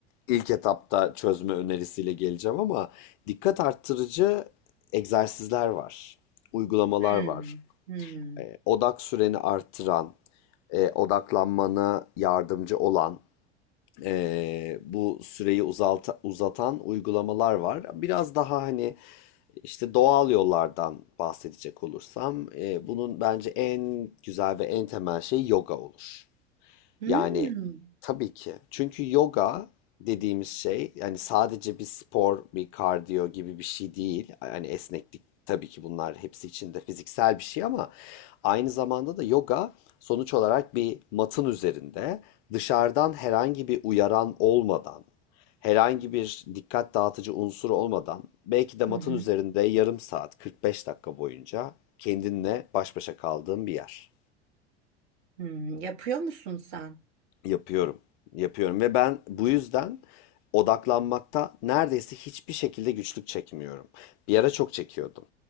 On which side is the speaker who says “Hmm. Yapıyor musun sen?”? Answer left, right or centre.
Right